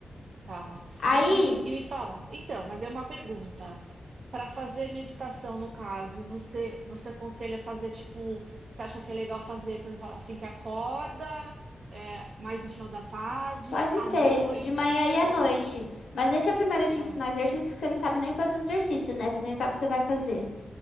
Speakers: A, on the right (about 60°); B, on the left (about 85°).
A: Tá.
B: Aí.
A: E, e me e me fala, então, mas é uma pergunta. Para fazer meditação, no caso, você você aconselha fazer tipo, você acha que é legal fazer, por exemplo, assim que acorda, é, mais no final da tarde,
B: Pode
A: à
B: ser,
A: noite,
B: de manhã e
A: para
B: à
A: dormir?
B: noite. Mas deixa primeiro eu te
A: Ah,
B: ensinar exercício, que você não sabe nem fazer exercício, né? Você nem sabe o que você vai fazer.